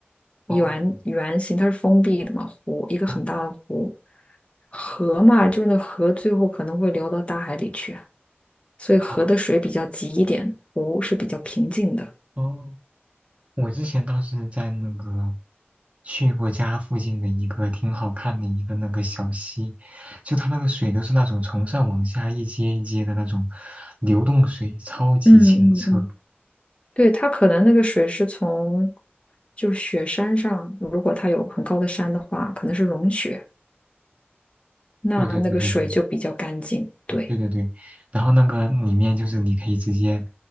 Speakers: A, on the left (about 30°); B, on the right (about 30°).
A: 圆圆形，
B: 哦，
A: 它是封闭的嘛，湖一个很大的湖。
B: 哦
A: 河嘛，就是那河最后可能会流到大海里去啊，所以河的水比较急一点，
B: 哦
A: 湖是比较平静的。
B: 哦。我之前倒是在那个去过家附近的一个挺好看的一个那个小溪，就它那个水都是那种从上往下一阶一阶的那种流动水，超级清澈。
A: 嗯嗯嗯，对，它可能那个水是从就雪山上，如果它有很高的山的话，可能是融雪，那那个水就比较干净。
B: 对对对对对
A: 对，
B: 对对对，然后那个里面就是你可以直接